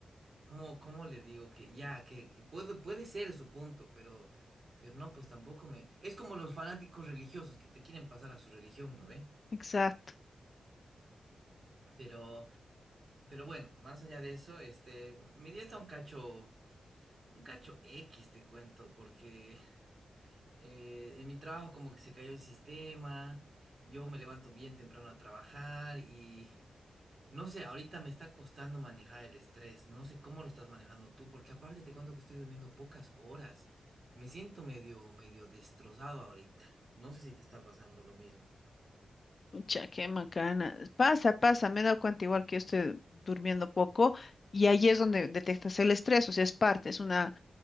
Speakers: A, on the right; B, on the left.
A: cómo, cómo le digo que ya, que puede, puede ser su punto, pero, pero no, pues tampoco me... Es como los fanáticos religiosos que te quieren pasar a su religión, ¿no ve?
B: exacto.
A: Pero... Pero bueno, más allá de eso, este, mi día está un cacho Un cacho X te cuento, porque eh, en mi trabajo como que se cayó el sistema, yo me levanto bien temprano a trabajar y no sé, ahorita me está costando manejar el estrés, no sé cómo lo estás manejando tú, porque aparte te cuento que estoy durmiendo pocas horas, me siento medio, medio destrozado ahorita, no sé si te está pasando lo mismo.
B: Mucha, qué macana. Pasa, pasa, me he dado cuenta igual que yo estoy durmiendo poco y ahí es donde detectas el estrés, o sea, es parte, es una